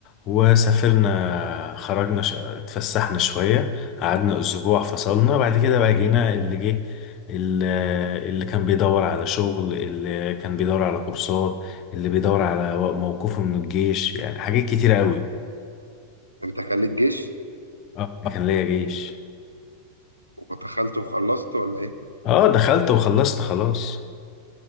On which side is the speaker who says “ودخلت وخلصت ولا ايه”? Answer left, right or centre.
Right